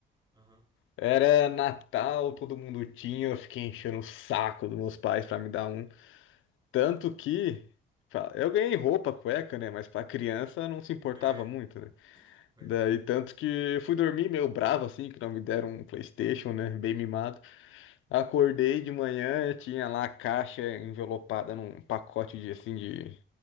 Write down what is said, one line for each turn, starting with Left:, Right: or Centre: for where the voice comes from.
Right: aham. <laughs>
Left: Era Natal, todo mundo tinha, eu fiquei enchendo o saco dos meus pais pra me dar um. Tanto que. fa- Eu ganhei roupa, cueca, né? Mas pra criança não se importava
Right: É,
Left: muito, né?
Right: pois
Left: Daí
Right: é.
Left: tanto que eu fui dormir meio bravo, assim, que não me deram um PlayStation, né? Bem mimado. Acordei de manhã, eu tinha lá a caixa envelopada num pacote de assim de,